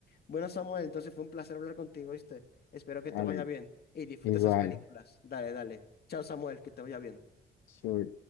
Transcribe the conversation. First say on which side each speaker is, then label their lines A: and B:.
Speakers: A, on the left; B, on the left.
A: Bueno, Samuel, entonces fue un placer hablar contigo, ¿viste? Espero que
B: Dale,
A: te vaya bien y disfruta
B: igual.
A: esas películas. Dale, dale. Chao, Samuel, que te vaya bien.
B: Sure.